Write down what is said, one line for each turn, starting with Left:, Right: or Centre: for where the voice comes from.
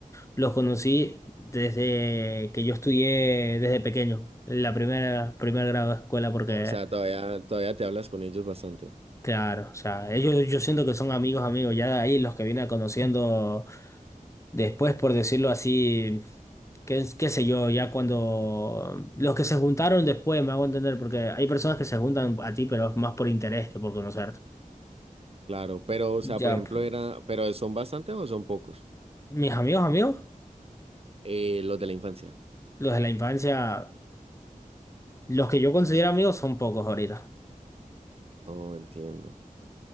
Left: los conocí desde que yo estudié desde pequeño, en la primera, primer grado de escuela, porque,
Right: O sea, todavía, todavía te hablas con ellos bastante.
Left: claro, o sea, ellos yo siento que son amigos, amigos. Ya de ahí los que vine conociendo. Después, por decirlo así, qué, qué sé yo, ya cuando los que se juntaron después me hago entender, porque hay personas que se juntan a ti, pero es más por interés que por conocerte.
Right: Claro, pero, o
Left: Ya,
Right: sea, por ejemplo,
Left: p-
Right: era, pero ¿son bastantes o son pocos?
Left: mis amigos, amigos,
Right: Eh, los de la infancia.
Left: los de la infancia, los que yo considero amigos son pocos ahorita.
Right: Oh, entiendo,